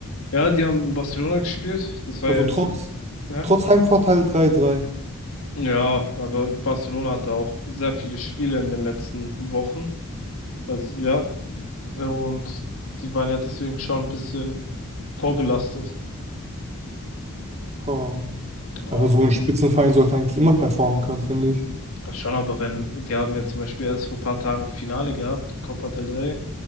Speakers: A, on the left (about 75°); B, on the right (about 30°).
A: Ja, die haben in Barcelona gespielt. Das war
B: Also
A: jetzt,
B: trotz,
A: ja.
B: trotz Heimvorteil drei drei
A: Ja, aber Barcelona hatte auch sehr viele Spiele in den letzten Wochen. Also ja, und die waren ja deswegen schon ein bisschen vorbelastet.
B: Oh.
A: Ja,
B: Aber so ein Spitzenverein sollte eigentlich immer performen können, finde ich.
A: Ach Schon, aber wenn, die haben ja zum Beispiel erst vor ein paar Tagen Finale gehabt, Copa del Rey,